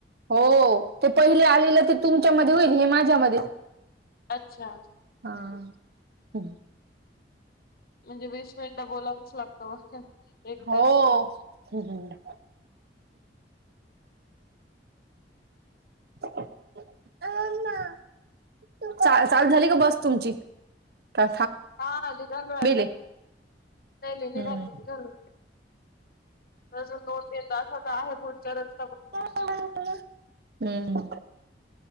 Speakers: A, on the right; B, on the left.
A: होऽऽ ते पहिले आलेलं तेऽ तुमच्यामध्ये होईल, हे माझ्यामध्येऽऽ
B: अच्छा,
A: हा, हम्.
B: म्हणजे वीस मिनिट बोलावंच लागतं.. एक
A: हो
B: तास साठी
A: ऽह्, <unintelligible> चा चाल झाली का बस तुमची? का
B: हा निघालूय
A: थांबेले
B: आता, जाली
A: हम्म
B: निघा निघालूऽ त दोन तनदा असाच आहे भुलकरच...
A: हम्म,